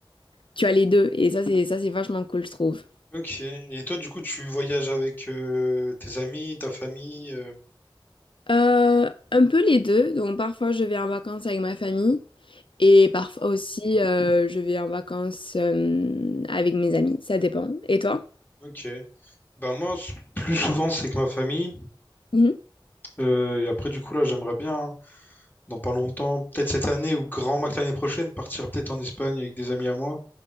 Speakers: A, on the left; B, on the left.
A: tu as les deux, et ça, c'est ça, c'est vachement cool, je trouve.
B: Ok. Et toi, du coup, tu voyages avec euh, tes amis, ta famille. euh,
A: Euh, un peu les deux. Donc parfois je vais en vacances avec ma famille Et parfois aussi, euh, je vais en vacances euh, avec mes amis. Ça dépend. Et toi?
B: Ok. Ben moi, s- plus souvent, c'est que ma famille.
A: Mhm.
B: Euh, et après, du coup, là, j'aimerais bien, hein, dans pas longtemps, peut-être cette année ou grand max l'année prochaine, partir peut-être en Espagne avec des amis à moi.